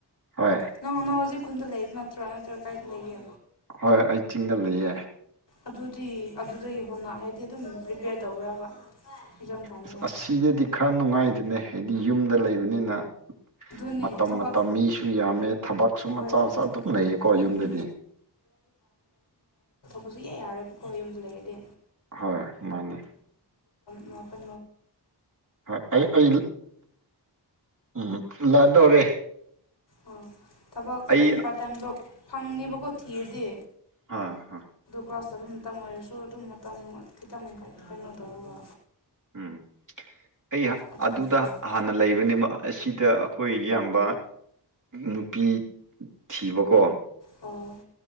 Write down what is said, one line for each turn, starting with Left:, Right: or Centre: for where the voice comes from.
Right: ꯍꯣꯏ
Left: ꯅꯪ ꯍꯧꯖꯤꯛ ꯎꯈꯨꯟꯗ ꯂꯩꯕ ꯅꯠꯇ꯭ꯔꯥ ꯅꯠꯇ꯭ꯔꯒ ꯀꯥꯏꯗ ꯂꯩꯒꯦ
Right: ꯍꯣꯏ ꯑꯩ ꯆꯤꯡꯗ ꯂꯩꯑ
Left: ꯑꯗꯨꯗꯤ ꯑꯗꯨꯗꯒꯤ ꯍꯨꯟꯅ ꯍꯥꯏꯗꯤ ꯑꯗꯨꯝ ꯄ꯭ꯔꯤꯄꯦꯌꯔ ꯇꯧꯕ꯭ꯔꯕ ꯑꯦꯛꯖꯥꯝ ꯊꯥꯅꯤꯡꯉꯥꯏ
Right: ꯑꯁ ꯑꯁꯤꯗꯗꯤ ꯈꯔ ꯅꯨꯡꯉꯥꯏꯗꯅꯦ ꯍꯥꯏꯗꯤ ꯌꯨꯝꯗ ꯂꯩꯕꯅꯤꯅ
Left: ꯑꯗꯨꯅꯦ
Right: ꯃꯇꯝ
Left: ꯊꯕꯛ
Right: ꯃꯇꯝ ꯃꯤꯁꯨ ꯌꯥꯝꯃꯦ ꯊꯕꯛ ꯁꯨꯝ
Left: ꯍꯣꯏ
Right: ꯃꯆꯥ ꯃꯆꯥ ꯑꯗꯨꯝ ꯂꯩꯌꯦꯀꯣ
Left: ꯎꯝ
Right: ꯌꯨꯝꯗꯗꯤ
Left: ꯍꯧꯖꯤꯛ ꯌꯥꯔꯣꯏꯕꯀꯣ ꯌꯨꯝꯗ ꯂꯩꯔꯗꯤ
Right: ꯍꯣꯏ ꯃꯥꯅꯤ
Left: ꯃꯄ
Right: ꯍꯣꯏ ꯑꯩ ꯑꯩ ꯎꯝ ꯂꯥꯛꯗꯧꯔꯦ
Left: ꯑꯣ ꯊꯕꯛ
Right: ꯑꯩ
Left: ꯑꯗꯨꯝ ꯄꯥꯔꯠ ꯇꯥꯏꯝ ꯖꯣꯕ ꯐꯪꯅꯦꯕꯀꯣ ꯊꯤꯔꯗꯤ
Right: ꯍ ꯍ
Left: ꯀ꯭ꯂꯥꯁ ꯑꯗꯨ ꯃꯇꯝ ꯑꯣꯏꯔꯁꯨ ꯑꯗꯨꯝ ꯃꯇꯝ ꯈꯤꯇꯪ ꯀꯩꯅꯣ ꯇꯧꯔꯨꯒ
Right: ꯎꯝ ꯑꯩ
Left: ꯑꯗꯨꯅ
Right: ꯑꯗꯨꯗ
Left: ꯐꯩꯌꯦꯕ
Right: ꯍꯥꯟꯅ ꯂꯩꯕꯅꯦꯕ ꯑꯁꯤꯗ ꯑꯩꯈꯣꯏ ꯏꯌꯥꯝꯕ ꯅꯨꯄꯤ ꯊꯤꯕꯀꯣ
Left: ꯑꯣ